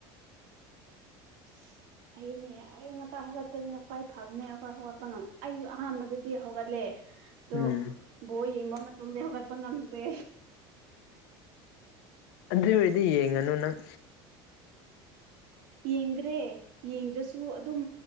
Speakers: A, on the right; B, on the left.
A: <inaudible> ꯐꯩꯅꯦ ꯑꯌꯨꯛ ꯉꯇꯥ ꯍꯧꯒꯠꯄꯁꯤꯅ ꯈ꯭ꯋꯥꯏ ꯐꯕꯅꯦ ꯑꯩꯈꯣꯏ ꯍꯧꯒꯠꯄ ꯉꯝ ꯑꯩꯁꯨ ꯑꯍꯥꯟꯕꯗꯗꯤ ꯍꯧꯒꯠꯂꯦ ꯑꯗꯣ
B: ꯎꯝ
A: ꯕꯣꯜ ꯌꯦꯡꯕ ꯃꯇꯨꯡꯗꯤ ꯍꯧꯒꯠꯄ ꯉꯝꯗ꯭ꯔꯦ
B: ꯑꯗꯨ ꯑꯣꯏꯔꯗꯤ ꯌꯦꯡꯉꯅꯨ ꯅꯪ
A: ꯌꯦꯡꯗ꯭ꯔꯦ ꯌꯦꯡꯗ꯭ꯔꯁꯨ ꯑꯗꯨꯝ